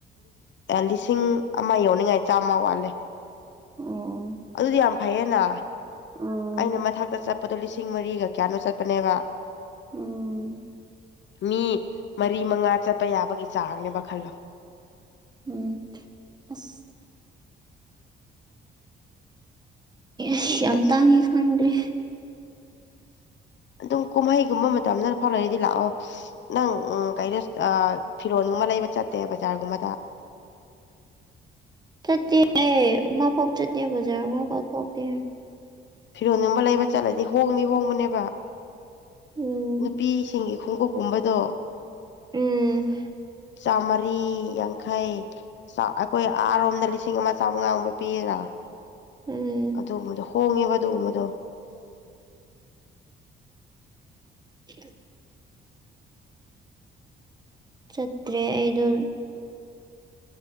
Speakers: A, on the left; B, on the right.
A: ꯂꯤꯁꯤꯡ ꯑꯃ ꯌꯧꯅꯤꯡꯉꯥꯏ ꯆꯥꯝꯃ ꯋꯥꯠꯂꯦ
B: ꯎꯝ
A: ꯑꯗꯨꯗꯤ ꯌꯥꯝ ꯐꯩꯌꯦꯅ
B: ꯎꯝ
A: ꯑꯩꯅ ꯃꯊꯛꯇ ꯆꯠꯄꯗꯣ ꯂꯤꯁꯤꯡ ꯃꯔꯤꯒ ꯀꯌꯥꯅꯣ ꯆꯠꯄꯅꯦꯕ
B: ꯎꯝ
A: ꯃꯤ ꯃꯔꯤ ꯃꯉꯥ ꯆꯠꯄ ꯌꯥꯕꯒꯤ ꯆꯥꯡꯅꯦꯕ ꯈꯜꯂꯣ
B: ꯎꯝ ꯑꯁ ꯢꯁ ꯌꯥꯝ
A: ꯑꯁ
B: ꯇꯥꯡꯉꯦ ꯈꯪꯗꯦ
A: ꯑꯗꯨꯝ ꯀꯨꯝꯍꯩꯒꯨꯝꯕ ꯃꯇꯝꯗ ꯐꯥꯎ ꯂꯩꯔꯗꯤ ꯂꯥꯛꯑꯣ ꯅꯪ ꯎ ꯀꯩꯅꯣꯑ ꯐꯤꯔꯣꯟꯒꯨꯝꯕ ꯂꯩꯕ ꯆꯠꯇꯦ ꯕꯖꯥꯔꯒꯨꯝꯕꯗ
B: ꯆꯇꯤ ꯑꯩ ꯃꯄꯥꯎ ꯆꯗꯦ ꯕꯖꯥꯔ ꯃꯥ ꯄꯥꯎꯊꯣꯛꯇꯦ
A: ꯐꯤꯔꯣꯟꯜꯒꯨꯝꯕ ꯂꯩꯕ ꯆꯠꯂꯗꯤ ꯍꯣꯡꯅꯤ ꯍꯣꯡꯕꯅꯦꯕ
B: ꯎꯝ
A: ꯅꯨꯄꯤꯁꯤꯡꯒꯤ ꯈꯣꯡꯎꯞꯀꯨꯝꯕꯗꯣ
B: ꯎꯝ
A: ꯆꯥꯝꯃꯔꯤ ꯌꯥꯡꯈꯩ ꯑꯩꯈꯣꯏ ꯑꯥꯔꯣꯝꯗ ꯂꯤꯁꯤꯡ ꯑꯃ ꯆꯥꯝꯃꯉꯥ ꯉꯨꯝꯕꯄꯤꯌꯦꯅ
B: ꯎꯝ
A: ꯑꯗꯨꯒꯨꯝꯕꯗꯣ ꯍꯣꯡꯉꯦꯕ ꯑꯗꯨꯒꯨꯝꯕꯗꯣ
B: <unintelligible> ꯆꯠꯇ꯭ꯔꯦ ꯑꯩꯩꯗꯣ